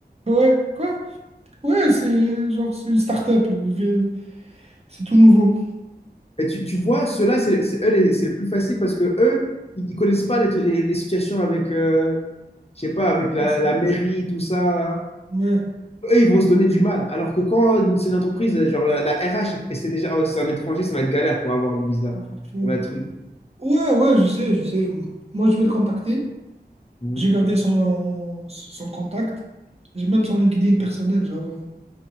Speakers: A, on the right; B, on the left.
A: ouais, quoi? Ouais, c'est genre, c'est une start-up. il vient- C'est tout nouveau.
B: Et tu, tu vois, ceux-là, c'est c'est- eux, les- c'est le plus facile parce que eux, ils, ils connaissent pas les, tru- les, les situations avec, euh, je sais pas, avec la,
A: Ah, c'est-
B: la mairie, tout ça.
A: Ouais,
B: Eux, ils vont se donner du mal. Alors que quand une- c'est une entreprise, euh, genre la, la RH, et c'est déjà, ah ouais, c'est un étranger, ça va être galère pour avoir le visa.
A: ça va faire chier,
B: Ça
A: ouais,
B: va être truc.
A: ouais, ouais, je sais, je sais. Moi, je vais le contacter.
B: Mhm,
A: J'ai gardé son, son contact. J'ai même son LinkedIn personnel, genre, euh,